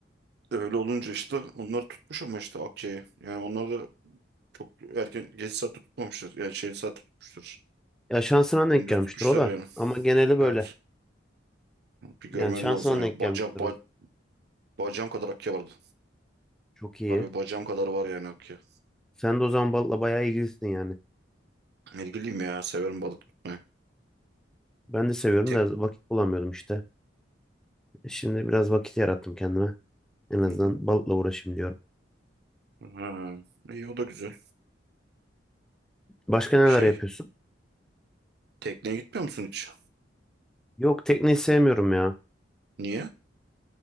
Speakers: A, on the right (about 60°); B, in the centre.
A: Öyle olunca işte onlar tutmuş ama işte Akya'yı. Yani onlar da çok erken geç saatte tutmamışlar. Yani şey saatte tutmuşlar.
B: Ya şansına
A: Gündüz
B: denk gelmiştir
A: tutmuşlar
B: o da.
A: yani.
B: Ama geneli böyle.
A: Evet. Bir
B: Yani
A: görmen
B: şansına
A: lazım ya.
B: denk gelmiştir
A: Baca, ba-
B: o.
A: bacağım kadar Akya vardı.
B: Çok iyi.
A: Harbi bacağım kadar var yani Akya.
B: Sen de o zaman balıkla bayağı ilgilisin yani.
A: İlgiliyim ya. Severim balık tutmayı.
B: Ben de seviyorum
A: Tek.
B: da vakit bulamıyordum işte. Şimdi biraz vakit yarattım kendime. En azından
A: Hı hı.
B: balıkla uğraşayım diyorum.
A: Ha. İyi o da güzel.
B: Başka neler
A: Şey.
B: yapıyorsun?
A: Tekneye gitmiyor musun hiç?
B: Yok tekneyi sevmiyorum ya.
A: Niye?